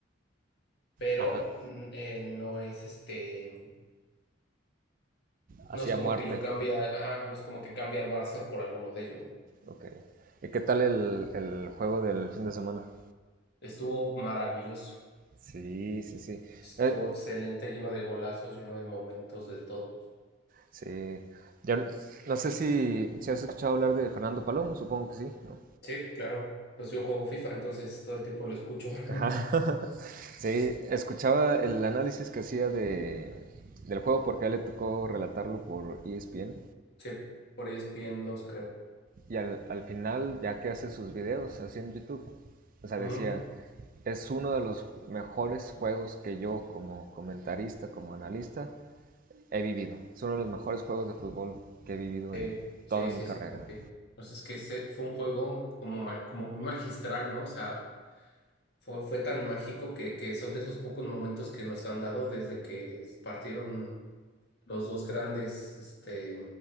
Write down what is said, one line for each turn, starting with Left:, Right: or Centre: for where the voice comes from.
Left: pero
Right: Ajá,
Left: mm, eh, no es este,
Right: hacia
Left: no es como
Right: muerte.
Left: que yo cambie, a- ajá, no es como que cambie al Barça por alguno de ellos.
Right: Ok. ¿Y qué tal el, el juego del fin de semana?
Left: Estuvo maravilloso,
Right: Sí, sí, sí.
Left: estuvo
Right: Eh,
Left: excelente, lleno de golazos, lleno de momentos, de todo.
Right: sí. Ya n- no sé si, si has escuchado hablar de Fernando Palomo, supongo que sí, ¿no?
Left: Sí, claro. Pues yo juego FIFA, entonces todo el tiempo lo escucho. <laughs>
Right: Ajá. <laughs> Sí, escuchaba el análisis que hacía de, del juego porque a él le tocó relatarlo por ESPN
Left: Sí, por ESPN 2, creo.
Right: y al, al final, ya que hace sus videos así en YouTube, o sea,
Left: Ujú.
Right: decía, es uno de los mejores juegos que yo como comentarista, como analista, he vivido. Es uno de los mejores juegos de fútbol que he vivido
Left: Sí,
Right: en
Left: sí,
Right: toda mi
Left: sí,
Right: carrera.
Left: sí, sí, sí. O sea, es que ese fue un juego como, ma- como muy magistral, ¿no? O sea, fue, fue tan mágico que, que son de esos pocos momentos que nos han dado desde que partieron los dos grandes, este,